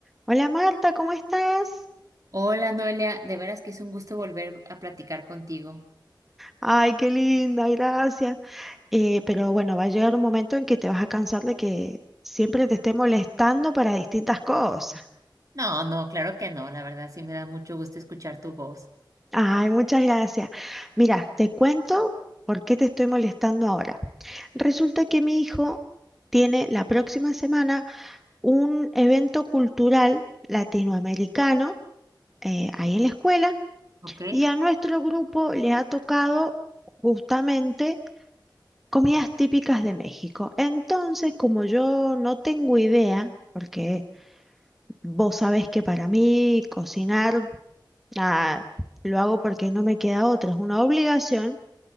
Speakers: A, in the centre; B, on the right.
A: Hola Marta, ¿cómo estás?
B: Hola Noelia, de veras que es un gusto volver a platicar contigo.
A: Ay, qué linda, gracias. Eh, pero bueno, va a llegar un momento en que te vas a cansar de que siempre te esté molestando para distintas cosas.
B: No, no, claro que no, la verdad sí me da mucho gusto escuchar tu voz.
A: Ay, muchas gracias. Mira, te cuento por qué te estoy molestando ahora. Resulta que mi hijo tiene la próxima semana un evento cultural latinoamericano eh, ahí en la escuela
B: ¿Ok?
A: y a nuestro grupo le ha tocado justamente comidas típicas de México. Entonces, como yo no tengo idea, porque vos sabés que para mí cocinar, ah, lo hago porque no me queda otra, es una obligación,